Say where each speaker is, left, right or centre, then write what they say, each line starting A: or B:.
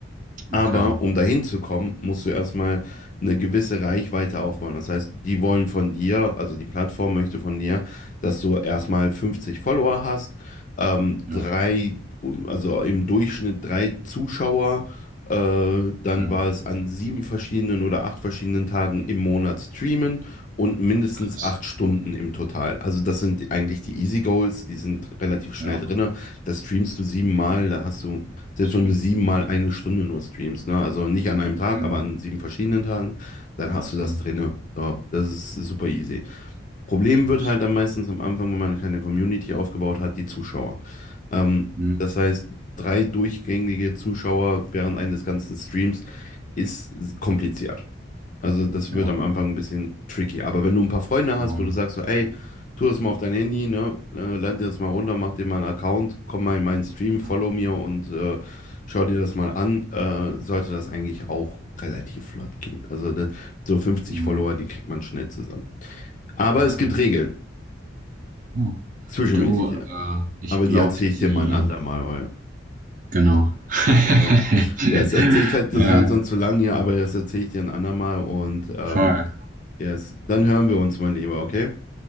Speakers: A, on the left (about 40°); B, on the right (about 40°).
A: Aber
B: okay,
A: um dahin zu kommen, musst du erstmal eine gewisse Reichweite aufbauen. Das heißt, die wollen von dir, also die Plattform möchte von dir, dass du erstmal 50 Follower hast, ähm,
B: ja,
A: drei, also im Durchschnitt drei Zuschauer. Äh, dann
B: ja.
A: war es an sieben verschiedenen oder acht verschiedenen Tagen im Monat streamen und mindestens
B: Krass.
A: acht Stunden im Total. Also das sind eigentlich die Easy Goals, die sind relativ schnell
B: Ja,
A: drin. Das streamst du siebenmal, da hast du selbst
B: safe.
A: wenn du siebenmal eine Stunde nur streamst, ne? Also nicht an einem Tag,
B: Mhm.
A: aber an sieben verschiedenen Tagen, dann hast du das
B: Mhm.
A: drinne. So, das ist super easy. Problem
B: Nice.
A: wird halt dann meistens am Anfang, wenn man keine Community aufgebaut hat, die Zuschauer. Ähm,
B: Mhm.
A: das heißt, drei durchgängige Zuschauer während eines ganzen Streams ist kompliziert. Also das
B: Ja,
A: wird am Anfang ein bisschen tricky. Aber wenn du ein paar Freunde hast,
B: moin.
A: wo du sagst so, ey,
B: Ja.
A: tu das mal auf dein Handy, ne? Äh, lad dir das mal runter, mach dir mal einen Account, komm mal in meinen Stream,
B: ja.
A: follow mir und äh, schau dir das mal an, äh, sollte das eigentlich auch relativ flott gehen. Also da- so 50
B: Mhm.
A: Follower, die kriegt man schnell zusammen. Aber
B: Okay.
A: es gibt Regeln,
B: Oh.
A: zwischenmenschliche.
B: Du, äh, ich
A: Aber
B: glaube,
A: die erzähle ich dir
B: die,
A: mal ein andermal. Weil,
B: genau. <laughs>
A: ja. Ja, es, es- ich hatte
B: Ja,
A: das wird sonst zu lang hier, aber das erzähle ich dir ein andermal und ähm,
B: voll.
A: yes, dann hören wir uns, mein Lieber, okay?